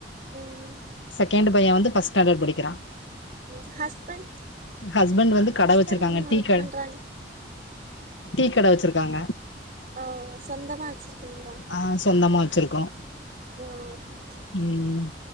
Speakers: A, on the right; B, on the left.
A: ம்
B: செகேண்ட்டு பையே வந்து ஃபர்ஸ்ட் ஸ்டாண்டர்ட் படிக்கிறா
A: ம் ஹஸ்பண்ட்
B: ஹஸ்பண்ட் வந்து கட
A: ஹஸ்பண்ட்
B: வச்சுருக்காங்க
A: என்ன
B: டீ
A: ஒர்க்
B: கட
A: பண்றாங்க
B: டீ கட வச்சுருக்காங்க
A: ஓ சொந்தமா வச்சிருக்கீங்களா
B: ஆ சொந்தமா வச்சுருக்கோ
A: ஆ ஓகே
B: ம்